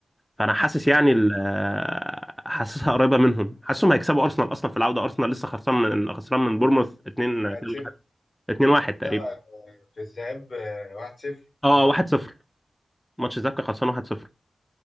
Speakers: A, in the centre; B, on the left.
A: فانا حاسس يعني
B: امم
A: ال- آه، حاسسها قريبه منهم حاسسهم هيكسبوا ارسنال اصلا في العوده ارسنال لسه خسران من خسران من بورموث 2 2-1
B: 1-0
A: 2-1 تقريبا
B: لا في الذهاب آه، 1-0
A: اه
B: اه
A: 1-0 ماتش الذهاب كان خسران 1-0